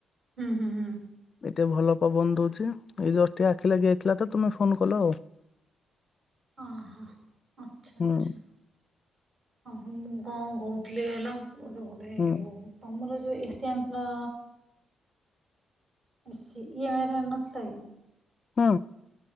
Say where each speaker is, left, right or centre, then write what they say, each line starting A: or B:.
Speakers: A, on the right (about 45°); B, on the left (about 45°).
A: ହୁଁ ହୁଁ ହୁଁ।
B: ଏତେ ଭଲ ପବନ ଦଉଛି ଏଇ ଜଷ୍ଟ ଟିକେ ଆଖିଲ ଲାଗି ଯାଇଥିଲା ତ ତୁମେ ଫୋନ କଲ ଆଉ।
A: ଅହ ଆଚ୍ଛା
B: ହୁଁ
A: ଆଚ୍ଛା ଆ ମୁଁ କଣ କହୁଥିଲି ଇଲୋ ମୋର ଗୋଟେ ଏ
B: ହୁଁ
A: ଯୋଉ ତମର ଯୋଉ ଏସି ଆଣିଥିଲ? ଏସି ଇଏ ମାନେ ଆଣିନଥିଲାକି?
B: ହଁ।